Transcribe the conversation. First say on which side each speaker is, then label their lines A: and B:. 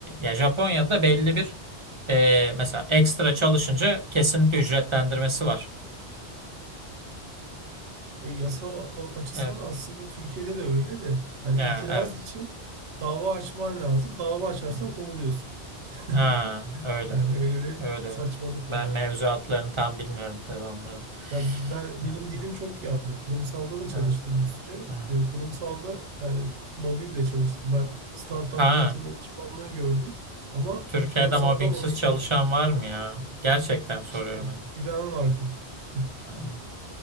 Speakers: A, on the right (about 40°); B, on the right (about 85°).
A: ya Japonya'da belli bir e, mesela ekstra çalışınca kesinlikle ücretlendirmesi var.
B: E, yasa a- açısından
A: Evet.
B: aslında Türkiye'de de öyle de yani
A: Ya,
B: itiraz
A: evet.
B: için dava açman lazım. Dava açarsan
A: Hı hı.
B: kovuluyorsun. <laughs>
A: Ha, öyle.
B: Yani öyle bir
A: Öyle.
B: saçmalık
A: Ben
B: var.
A: mevzuatlarını tam bilmiyorum tabii onların.
B: Ya ben benim
A: Evet.
B: dilim çok yandı. Kurumsalda da çalıştım
A: Evet.
B: bir süre.
A: Hı.
B: Ee, kurumsalda yani mobbingle çalıştım. Ben startup
A: Ha,
B: yönetim danışmanlığı gördüm ama
A: Türkiye'de
B: kurumsalda
A: mobbingsiz
B: mobbing
A: çalışan
B: gördüm.
A: var mı ya? Gerçekten soruyorum
B: İşte
A: hani.
B: bir ben vardım. <laughs>
A: Ha,